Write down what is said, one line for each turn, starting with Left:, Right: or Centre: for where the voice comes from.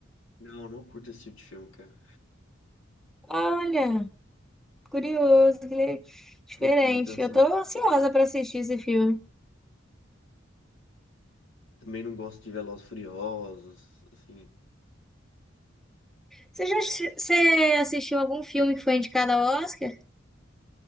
Left: Não, não curto esse tipo de filme, cara.
Centre: Olha. Curioso, que le- diferente.
Left: Curto muito ação.
Centre: Eu tô ansiosa pra assistir esse filme.
Left: Também não gosto de Velozes e Furiosos, assim.
Centre: Você já assi- você assistiu algum filme que foi indicado ao Oscar?